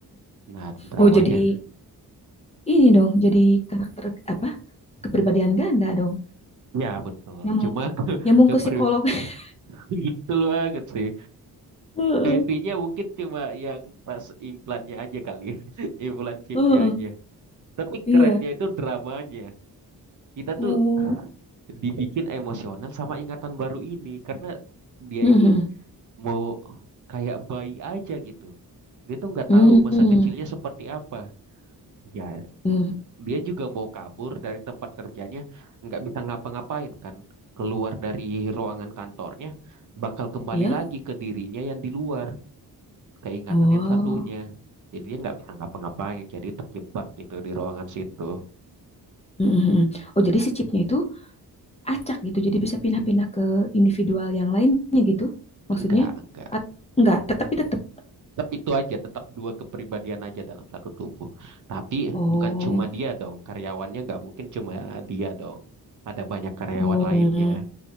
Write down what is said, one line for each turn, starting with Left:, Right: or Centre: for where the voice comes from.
Right: Nah, dramanya.
Left: Oh jadi ini dong jadi karakter apa kepribadian ganda dong
Right: Ya, betul.
Left: nyambung
Right: Cuma <laughs> ke,
Left: nyambung
Right: ke
Left: ke
Right: per-
Left: psikolog <laughs>
Right: <laughs> gitu banget sih.
Left: Heeh,
Right: IP-nya mungkin cuma yang pas implannya aja kali. <laughs> ya. Implan chipnya
Left: heeh,
Right: aja. Tapi
Left: iya
Right: kerennya itu dramanya. Kita
Left: oh
Right: tuh dibikin emosional sama ingatan baru ini karena dia
Left: Mhm.
Right: ini mau kayak bayi aja gitu. Dia tuh nggak
Left: Mhm.
Right: tahu masa kecilnya seperti apa. Ya,
Left: Mhm.
Right: dia juga mau kabur dari tempat kerjanya, nggak bisa ngapa-ngapain kan. Keluar dari ruangan kantornya, bakal kembali
Left: iya
Right: lagi ke dirinya yang di luar, keingatan
Left: oh
Right: yang satunya. Jadi dia nggak bisa ngapa-ngapain, jadi terjebak gitu di ruangan situ.
Left: Mhm. oh jadi si chipnya itu acak gitu jadi bisa pindah-pindah ke individual yang lainnya gitu maksudnya
Right: Enggak, enggak.
Left: At- enggak tetapi tetap
Right: tetap itu aja, tetap dua kepribadian aja dalam satu tubuh. Tapi
Left: oh
Right: bukan cuma dia dong, karyawannya nggak mungkin cuma dia dong. Ada banyak karyawan
Left: oh
Right: lainnya.